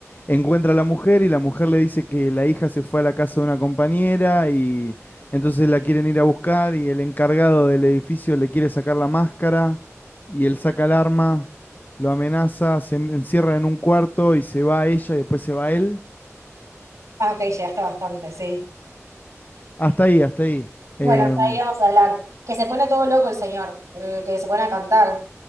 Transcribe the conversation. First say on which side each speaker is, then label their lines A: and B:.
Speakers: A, on the left (about 35°); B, on the right (about 75°).
A: encuentra a la mujer y la mujer le dice que la hija se fue a la casa de una compañera y entonces la quieren ir a buscar y el encargado del edificio le quiere sacar la máscara y él saca el arma, lo amenaza, se en- encierra en un cuarto y se va ella y después se va él.
B: Ah, ok, llegaste bastante, sí.
A: Hasta ahí, hasta ahí.
B: Bueno,
A: Em,
B: hasta ahí vamos a hablar. Que se pone todo loco el señor, el que se pone a cantar.